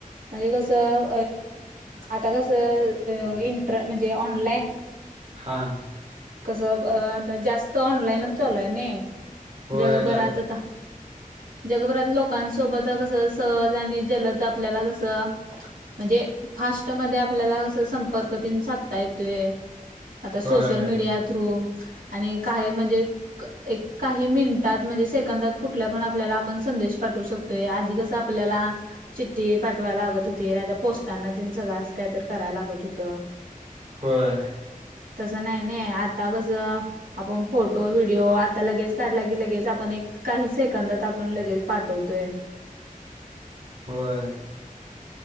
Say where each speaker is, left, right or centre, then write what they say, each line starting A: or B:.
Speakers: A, on the right (about 75°); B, on the right (about 45°).
A: म्हणजे कसं आता कसं इंटर म्हणजे ऑनलाईन
B: हां.
A: कसं आता जास्त ऑनलाईनच चालू आहे न
B: होय
A: जगभरात
B: जास्त
A: आता. जगभरात लोकांसोबत कसं सहज आणि जलद आपल्याला कसं. म्हणजे फास्ट मध्ये आपल्याला असं संपर्क तेन साधता येतोय. आता
B: होय
A: सोशल मीडिया थ्रू आणि काय म्हणजे. एक काही मिनिटात म्हणजे सेकंदात कुठल्या पण आपल्याला आपण संदेश पाठवू शकतो. य आधी कसं आपल्याला. चिठ्ठी पाठवायला लागत होती नाहीतर पोस्टांन तेन सगळं असं काहीतर करायला लागत होतं.
B: होय.
A: तसं नाही नाही आता कस आपण फोटो व्हिडीओ आता लगेच काढला की लगेच एक काही सेकंदात आपण लगेच पाठवतोय.
B: होय.